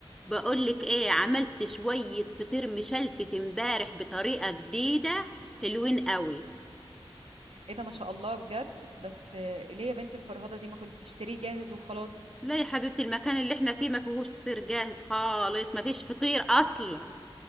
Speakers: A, in the centre; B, on the right (about 85°).
A: بقولك ايه عملت شوية فطير مشلتت امبارح بطريقة جديدة حلوين قوي
B: ايه ده ما شاء الله بجد بس آه، ليه يا بنتي الفرهده دي ما كنت تشتريه جاهز وخلاص
A: لا يا حبيبتي المكان اللي احنا فيه ما فيهوش فطير جاهز خالص ما فيش فطير اصلا